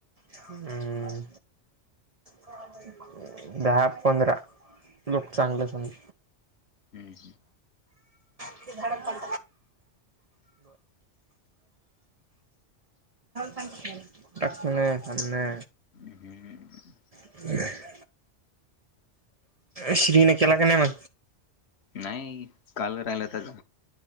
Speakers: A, on the right; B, on the left.
A: हमम ह दहा पंधरा लोक चांगले सग
B: हम् हम
A: बर का न सांने
B: हम्म
A: म्ह श्रीने केला का नाही मण
B: नाही काल राहिला त्या